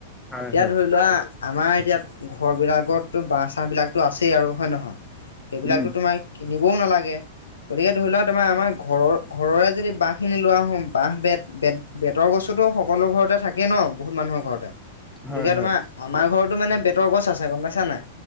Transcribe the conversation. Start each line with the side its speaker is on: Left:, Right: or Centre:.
Centre: হয়
Left: এতিয়া
Centre: হয়
Left: ধৰি লোৱা আমাৰ এতিয়া ঘৰবিলাকততো বাছ বিলাক তো আছেই আৰু হয় নহয়, সেইবিলাকতো
Centre: উম
Left: তোমাৰ কিনিবও নালাগে। গতিকে ধৰি লোৱা তোমাৰ আমাৰ ঘৰৰ ঘৰৰে যদি বাঁহখিনি লোৱা আহোঁ, বাঁহ বেত, বেত বেতৰ বস্তুটো সকলো ঘৰতে থাকে ন' বহুত মানুহৰ ঘৰতে? গতিকে
Centre: হয় হয়
Left: তোমাৰ আমাৰ ঘৰতো মানে বেতৰ গছ আছে গম পাইছা নাই,